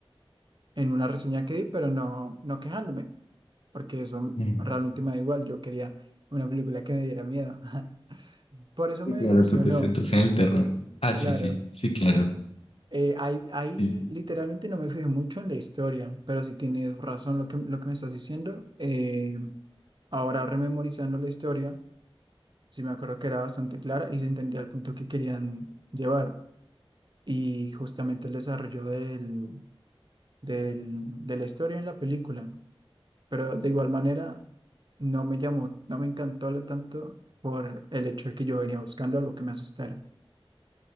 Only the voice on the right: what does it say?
en una reseña que di, pero no, no quejándome, porque eso
realmente me da igual. Yo quería una película que me diera miedo. <laughs> Por eso
me
decepcionó,
claro.
Eh, ahí,
ahí literalmente no me fijé mucho en la historia, pero si tienes razón lo que, lo que me estás diciendo. Eh, ahora rememorizando la historia, sí me acuerdo que era bastante clara y se entendía el punto que querían llevar. Y justamente el desarrollo del, del, de la historia en la película. pero de igual manera no me llamó, no me encantó lo tanto por el hecho de que yo venía buscando algo que me asustara.